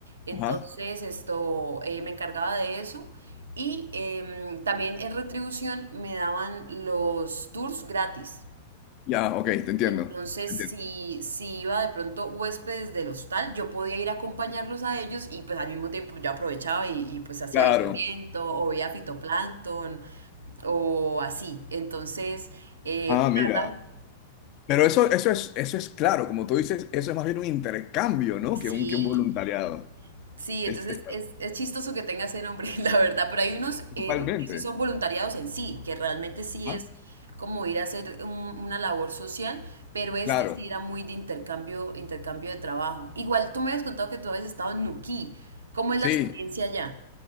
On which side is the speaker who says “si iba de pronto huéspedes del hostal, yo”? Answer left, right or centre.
Right